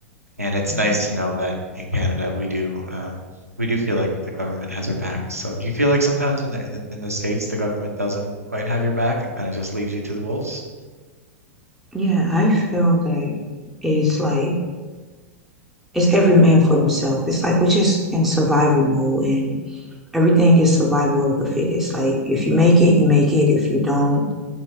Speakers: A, on the right (about 85°); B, in the centre.
A: and it's
B: mm-hmm.
A: nice to know that in Canada we do um, we do feel like the government has our back. So do you feel like sometimes in the in the, in the States the government doesn't quite have your back and kind of just leaves you to the wolves?
B: Yeah, I feel that it's like it's every man for themselves. It's like we're just in survival mode and everything is survival of the fittest. Like if you make it, you make it. If you don't,